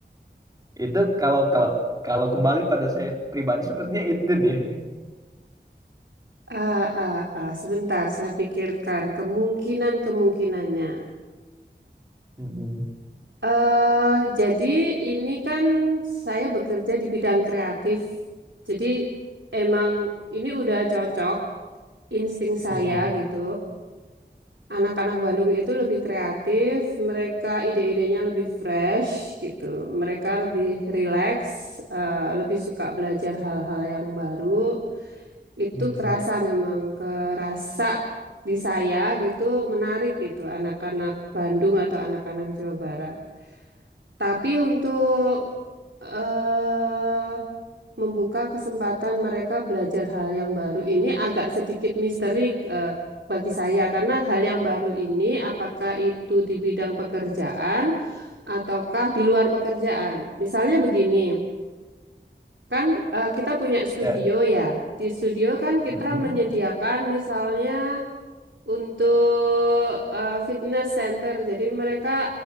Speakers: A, on the right (about 20°); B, on the right (about 80°).
A: Itu kalau kalau kalau kembali pada saya pribadi sepertinya itu deh.
B: Ah, ah, ah, sebentar, saya pikirkan kemungkinan-kemungkinannya.
A: <laughs> Mm-mm.
B: eh jadi ini kan saya bekerja di bidang kreatif. Jadi emang ini udah cocok insting saya
A: Mm-mm.
B: gitu. Anak-anak Bandung itu lebih kreatif, mereka ide-idenya lebih fresh gitu. Mereka lebih relax, eh, lebih suka belajar hal-hal yang baru. Itu
A: Mm.
B: kerasa memang, kerasa di saya gitu menarik gitu anak-anak Bandung atau anak-anak Jawa Barat. Tapi untuk eh membuka kesempatan mereka belajar hal yang baru ini agak sedikit misteri eh, bagi saya karena hal yang baru ini apakah itu di bidang pekerjaan ataukah di luar pekerjaan. Misalnya begini, kan eh, kita punya studio
A: Ya.
B: ya. Di studio kan kita
A: Mm.
B: menyediakan misalnya untuk eh, fitness center. Jadi mereka